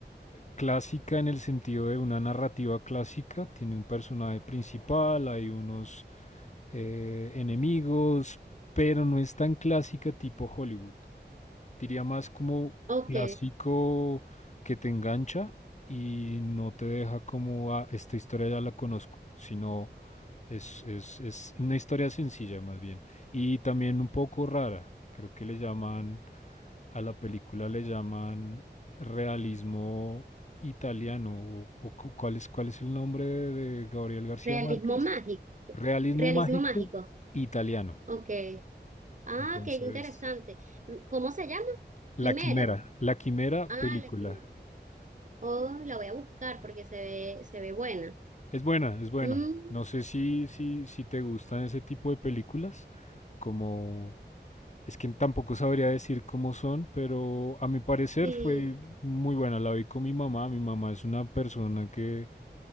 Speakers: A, on the left; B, on the right.
A: clásica en el sentido de una narrativa clásica. Tiene un personaje principal, hay unos eh, enemigos, pero no es tan clásica tipo Hollywood. Diría más como
B: ok.
A: clásico que te engancha y no te deja como, ah, esta historia ya la conozco, sino es, es, es una historia sencilla más bien. Y también un poco rara. Creo que le llaman, a la película le llaman realismo italiano. O, o cu- ¿cuál es, cuál es el nombre de, de Gabriel García
B: Realismo
A: Márquez?
B: mágico.
A: Realismo
B: Realismo
A: mágico
B: mágico.
A: italiano.
B: Ok. Ah,
A: Entonces,
B: qué interesante. ¿Cómo se llama? Quimera.
A: La Quimera. La Quimera, película.
B: Ah, la quimera. Oh, la voy a buscar porque se ve, se ve buena.
A: Es buena, es buena.
B: Mm,
A: No sé si, si, si te gustan ese tipo de películas, como Es que tampoco sabría decir cómo son, pero a mi parecer
B: sí.
A: fue muy buena. La vi con mi mamá. Mi mamá es una persona que